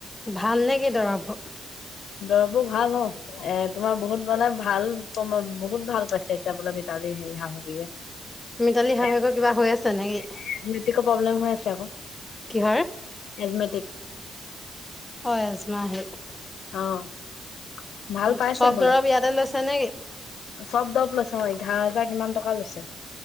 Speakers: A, on the left (about 15°); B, on the left (about 75°).
A: ভাল নে কি দৰভু
B: দভো ভাল অ এ তোমাৰ বহুত মানে ভাল ব ম বহুত ভাল পাইছে এতিয়া বোলে মিতালী হেৰি হিহা হুহীয়ে
A: মিতালী শাহুৱেকৰ
B: এ এ এ নেটৱৰ্ক
A: কিবা হৈ আছে নেকি
B: প্ৰব্লেম হৈ আছে আক
A: কিহৰ
B: কেজমেটিক
A: হয় আজমাহে
B: অ ভাল
A: উ
B: পাইছে
A: চব
B: বোলে
A: দৰৱ ইয়াতে লৈছে নে কি
B: চব দব লৈছো অ এঘাৰ হেজাৰ কিমান টকা লৈছে